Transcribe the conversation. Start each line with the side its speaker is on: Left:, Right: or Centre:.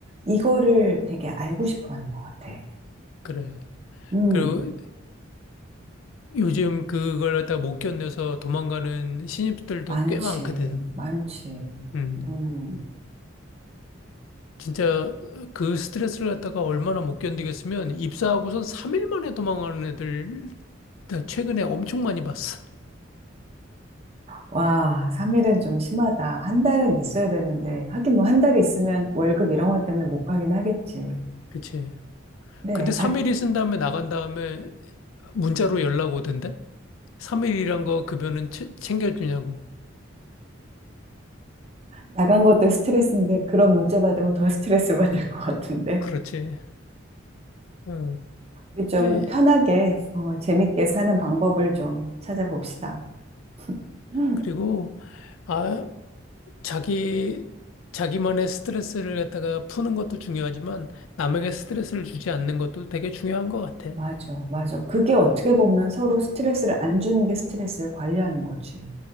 Right: 이거를 되게 알고 싶어 하는 것 같아.
Left: 그래.
Right: 음,
Left: 그리고 요즘 그걸 갖다가 못 견뎌서 도망가는 신입들도
Right: 많지,
Left: 꽤 많거든.
Right: 많지.
Left: 음.
Right: 음.
Left: 진짜 어, 그 스트레스를 갖다가 얼마나 못 견디겠으면 입사하고선 3일 만에 도망가는 애들 나 최근에 엄청 많이 봤어.
Right: 와, 3일은 좀 심하다. 한 달은 있어야 되는데. 하긴 뭐 한 달이 있으면 월급 이런 것 때문에 못 가긴 하겠지.
Left: 그치.
Right: 그래.
Left: 근데 3일
Right: 아,
Left: 있은 다음에 나간 다음에 문자로 연락 오던데? 3일이란 거 급여는 채- 챙겨주냐고.
Right: 나간 것도 스트레스인데 그런 문자 받으면 더 스트레스 받을 것 같은데.
Left: 그렇지. 응.
Right: 우리 좀
Left: 근데
Right: 편하게 어, 재밌게 사는 방법을 좀 찾아봅시다. 음,
Left: 그리고 아 자기 자기만의 스트레스를 갖다가 푸는 것도 중요하지만 남에게 스트레스를 주지 않는 것도 되게 중요한 것 같아.
Right: 맞아, 맞아. 그게 어떻게 보면 서로 스트레스를 안 주는 게 스트레스를 관리하는 거지.